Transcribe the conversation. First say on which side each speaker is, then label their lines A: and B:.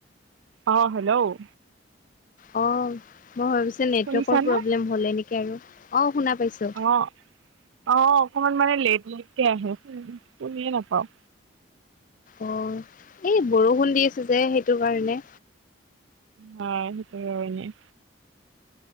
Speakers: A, on the right (about 80°); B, on the left (about 40°).
A: অহ', হেল্ল'।
B: অহ', মই ভাবিছোঁ নেটৱৰ্কৰ
A: শুনিছানে?
B: প্ৰব্লেম হলে নেকি আৰু অহ শুনা পাইছো।
A: অ', অ', অকমান মানে লেট লেটকে আহে শুনিয়ে নাপাওঁ।
B: অহ, এই বৰষুণ দি আছে, যে সেইটো কাৰণে।
A: হয়, সেইটো কাৰণে।